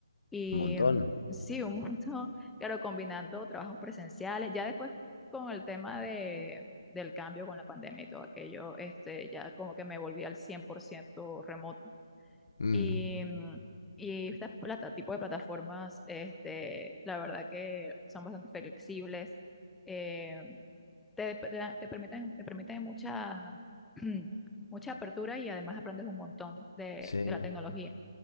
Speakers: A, in the centre; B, on the left (about 65°).
A: Y
B: un montón.
A: mm, sí, un montón, <laughs> claro, combinando trabajos presenciales, ya después con el tema de, del cambio con la pandemia y todo aquello, este, ya como que me volví al 100% remoto
B: Mm,
A: y, mm, y estas plata, tipo de plataformas, este, la verdad que son bastante flexibles, eh, te, te, da- te permiten, te permiten mucha, <clears throat> mucha apertura y además aprendes un montón de,
B: sí.
A: de la tecnología.